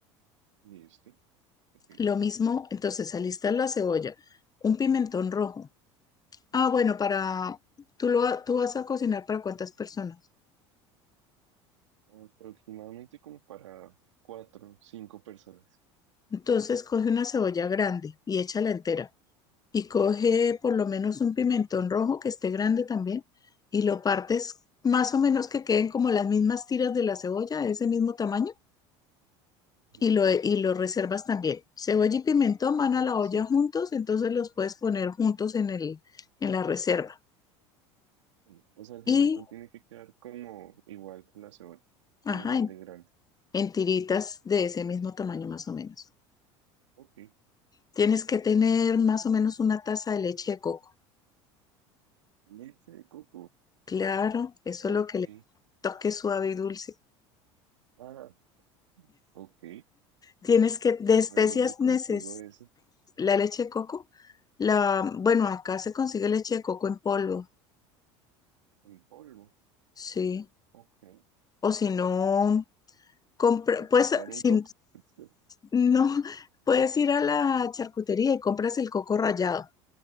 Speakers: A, on the right; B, on the left.
A: listo. Ok.
B: Lo mismo, entonces alista la cebolla, un pimentón rojo. Ah, bueno, para tú lo va- tú vas a cocinar para cuántas personas.
A: Aproximadamente como para cuatro, cinco personas.
B: Entonces coge una cebolla grande y échala entera y coge por lo menos un pimentón
A: Ok.
B: rojo que esté grande también y lo partes más o menos que queden como las mismas tiras de la cebolla de ese mismo tamaño y
A: Ujú.
B: lo y lo reservas también. Cebolla y pimentón van
A: O sea,
B: a la olla
A: sí,
B: juntos, entonces los puedes poner juntos en el en la reserva.
A: sí. O sea, el pimentón
B: Y
A: tiene que quedar como igual que la cebolla, como
B: ajá,
A: igual de grande.
B: en tiritas de ese mismo tamaño más o menos.
A: Ok.
B: Tienes que tener más o menos una taza de leche de coco.
A: Leche de coco.
B: Claro, eso
A: Ok.
B: es lo que le toque suave y dulce.
A: Ah, ok.
B: Tienes que, de especias
A: A ver dónde consigo
B: neces,
A: eso.
B: la leche de coco, la, bueno, acá se consigue leche de coco en polvo,
A: El polvo.
B: sí.
A: Ok.
B: O si no, compra,
A: O
B: pues,
A: comprar
B: si
A: un coco. <laughs>
B: no, puedes ir a la charcutería y compras el coco rallado.